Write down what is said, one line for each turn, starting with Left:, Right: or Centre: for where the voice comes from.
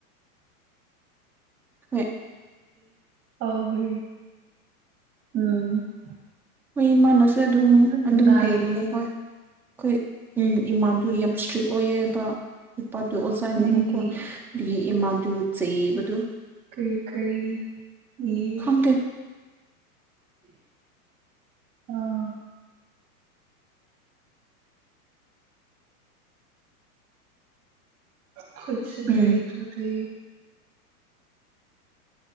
Centre: ꯍꯣꯏ
Right: ꯑꯥꯎ ꯍ ꯎꯝ <unintelligible>
Centre: ꯍꯣꯏ ꯏꯃꯥꯟꯅꯁꯨ ꯑꯗꯨꯝ
Right: ꯌꯥꯝ ꯅꯨꯡꯉꯥꯏꯌꯦ
Centre: ꯑꯗꯨꯝ ꯍꯩꯕꯅꯤ‌ꯈꫭꯏ ꯑꯩꯈꯣꯏ ꯏꯃꯥꯗꯨ ꯌꯥꯝ ꯏꯁꯇ꯭ꯔꯤꯛ ꯑꯣꯏꯌꯦꯕ ꯅꯨꯄꯥꯗꯨ ꯑꯣꯖꯥꯅꯤꯅꯀꯣ
Right: ꯅꯪꯒꯤ
Centre: ꯑꯗꯨꯒꯤ ꯏꯃꯥꯗꯨ ꯆꯩꯕꯗꯨ
Right: ꯀꯩ ꯀꯩ ꯌꯦ
Centre: ꯈꯪꯗꯦ
Right: ꯑꯥ ꯈꯨꯁꯒꯏ
Centre: ꯎꯝ
Right: ꯊꯗꯤ <unintelligible>